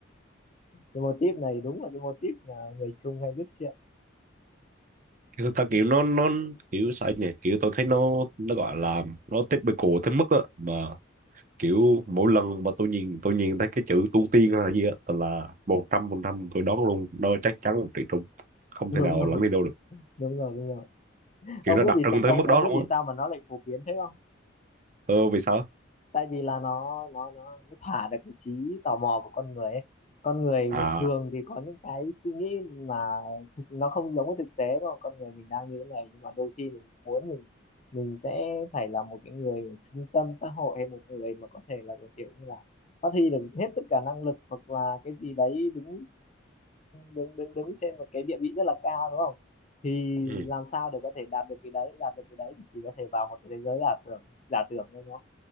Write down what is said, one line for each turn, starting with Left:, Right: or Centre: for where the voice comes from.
Left: cái mô típ này đúng là cái mô típ mà người Trung hay viết chuyện
Right: Kiểu thực ra kiểu nó nó kiểu sao nhỉ kiểu tôi thấy nó nó gọi là nó typical tới mức á mà kiểu mỗi lần mà tôi nhìn tôi nhìn thấy cái chữ tu tiên hay là gì á tôi là một trăm phần trăm tôi đoán luôn nó chắc chắn một triệu trùng
Left: <laughs>
Right: không
Left: đúng
Right: thể nào
Left: rồi
Right: lẫn đi đâu được
Left: đúng rồi đúng rồi
Right: kiểu
Left: ông
Right: nó
Left: biết
Right: đặc
Left: vì
Right: trưng
Left: sao
Right: tới
Left: ông
Right: mức
Left: ông
Right: đó
Left: biết
Right: luôn
Left: vì
Right: á
Left: sao mà nó lại phổ biến thế không
Right: ờ vì sao
Left: tại vì là nó nó nó nó thỏa được cái trí tò mò của con người ấy. con người
Right: à
Left: thường thì có những cái suy nghĩ mà thực, nó không giống với thực tế đúng không con người mình đang như thế này nhưng mà đôi khi mình muốn mình mình sẽ phải là một cái người ở trung tâm xã hội hay một người mà có thể là một kiểu như là phát huy được hết tất cả năng lực hoặc là cái gì đấy đứng đứng đứng đứng trên một cái địa vị rất là cao đúng không thì
Right: ừ
Left: làm sao để có thể đạt được cái đấy đạt được cái đấy thì chỉ có thể vào một cái thế giới giả tưởng giả tưởng thôi